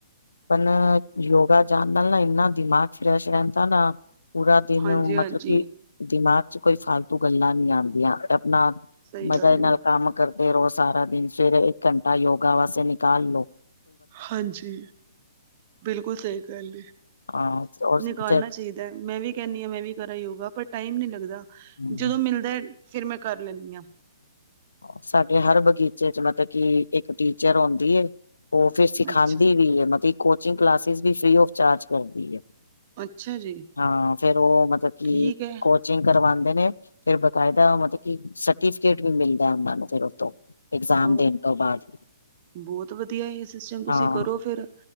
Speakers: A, on the left; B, on the right.
A: ਆਪ ਯੋਗਾ ਜਾਣ ਨਾਲ ਨਾ ਇਨਾ ਦਿਮਾਗ ਫਰੈਸ਼ ਰਹਿਦਾ ਨਾ ਪੂਰਾ ਦਿਨ
B: ਹਾਂਜੀ-ਹਾਂਜੀ।
A: ਮਤਲਬ ਕਿ ਦਿਮਾਗ 'ਚ ਕੋਈ ਫਾਲਤੂ ਗੱਲਾਂ ਨਹੀ ਆਉਦੀਆਂ ਤੇ ਆਪਣਾ
B: ਸਹੀ
A: ਮਜ਼ਾ
B: ਗੱਲ
A: ਨਾਲ
B: ਏ।
A: ਕੰਮ ਕਰਦੇ ਰਹੋ ਸਾਰਾ ਦਿਨ ਸਵੇਰੇ ਇਕ ਘੰਟਾ ਯੋਗਾ ਵਾਸਤੇ ਨਿਕਾਲ ਲੋ
B: ਹਾਂਜੀ ਬਿਲਕੁਲ ਸਹੀ ਗਲ
A: ਹਾਂ
B: ਨਿਕਾਲਣਾ ਚਾਹੀਦਾ ਮੈਂ ਵੀ ਕਹਿਦੀ ਹਾਂ ਮੈ ਵੀ ਕਰਾਂ ਯੋਗਾ ਪਰ ਟਾਈਮ ਨੀ ਲਗਦਾ
A: ਹਾਂ।
B: ਜਦੋਂ ਮਿਲਦਾ ਫਿਰ ਮੈ ਕਰ ਲੈਦੀ ਹਾਂ
A: ਸਾਡੇ ਹਰ ਬਗੀਚੇ 'ਚ ਮਤਲਬ ਕਿ ਇਕ ਟੀਚਰ ਆਉਦੀ ਉਹ ਫਿਰ ਸਿਖਾਉਦੀ
B: ਅੱਛਾ।
A: ਵੀ ਹੈ। ਮਤਲਬ ਕੋਚਿੰਗ ਕਲਾਸਿਸ ਵੀ ਫ੍ਰਰੀ ਆਫ ਚਾਰਜ ਕਰਦੀ ਹੈ।
B: ਅੱਛਾ ਜੀ
A: ਹਾਂ ਫੇਰ ਉਹ ਮਤਲਬ ਕਿ
B: ਠੀਕ ਹੈ
A: ਕੋ ਕਰਵਾਉਦੇ ਨੇ ਫਿਰ ਬਕਾਇਦਾ ਮਤਲਬ ਕੀ ਸਰਟੀਫਿਕੇਟ ਵੀ ਮਿਲਦਾ ਉਹਨਾਂ ਨੂੰ ਫਿਰ ਉਥੋ ਇਗਜ਼ਾਮ
B: ਓ
A: ਦੇਣ ਤੋ ਬਾਅਦ-
B: ਬਹੁਤ ਵਧੀਆ ਇਹ ਸਿਸਟਮ ਤੁਸੀ
A: ਹਾਂ
B: ਕਰੋ ਫਿਰ